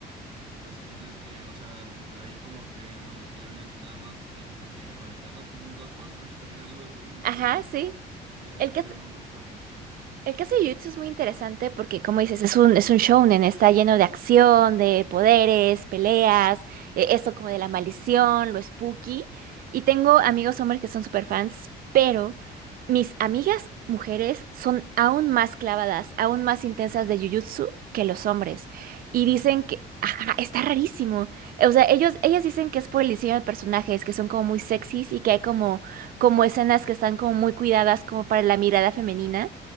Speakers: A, on the right (about 30°); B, on the right (about 60°).
A: y pues tienes que, o sea, hay como que maldiciones y nada más, hay como que erradicarlas, como un Ghostbusters, también algo así, no
B: Ajá,
A: sé,
B: sí.
A: este,
B: El que,
A: me gustó mucho,
B: El caso de Jujutsu es muy interesante porque, como dices, es un, es un shounen, está lleno de acción, de poderes, peleas, eh, eso como de la maldición, lo spooky. Y tengo amigos hombres que son super fans, pero mis amigas mujeres son aún más clavadas, aún más intensas de Jujutsu que los hombres.
A: confirmo.
B: Y dicen que, ajá, está rarísimo. O sea, ellos, ellas dicen que es por el diseño de personajes, que son como muy sexys y que hay como, como escenas que están como muy cuidadas como para la mirada femenina.